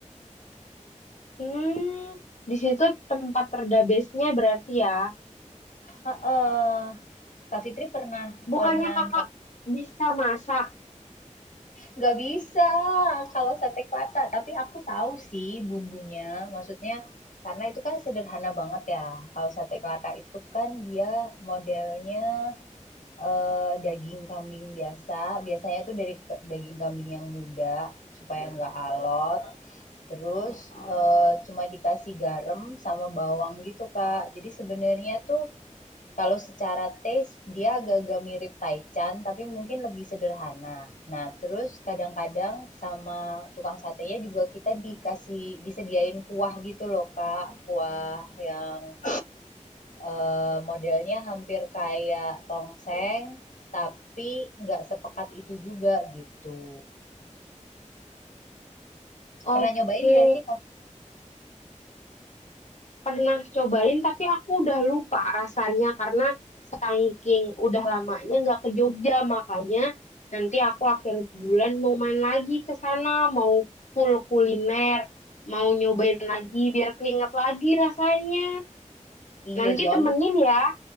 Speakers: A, on the left; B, on the left.
A: Hmm, di situ tempat terdabesnya berarti ya.
B: Heeh. Kak Fitri pernah
A: Bukannya
B: pernah
A: kakak
B: nyob-
A: bisa masak?
B: Nggak bisa kalau sate Kelata, tapi aku tahu sih bumbunya. Maksudnya karena itu kan sederhana banget ya. Kalau sate Kelata itu kan dia modelnya eh, daging kambing biasa. Biasanya itu dari ke- daging kambing yang muda supaya nggak alot. Terus eh, cuma dikasih garam sama bawang gitu, Kak. Jadi sebenarnya tuh kalau secara taste dia agak-agak mirip taichan tapi mungkin lebih sederhana. Nah, terus kadang-kadang sama tukang satenya juga kita dikasih disediain kuah gitu loh, Kak. Kuah yang eh, modelnya hampir kayak tongseng tapi nggak sepekat itu juga gitu. Pernah
A: Oke.
B: nyobain gak sih, Kak?
A: pernah cobain tapi aku udah lupa rasanya karena saking udah lamanya nggak ke Jogja makanya nanti aku akhir bulan mau main lagi ke sana mau full kuliner mau nyobain lagi biar keinget lagi rasanya
B: Iya,
A: nanti
B: jangan
A: temenin
B: lupa.
A: ya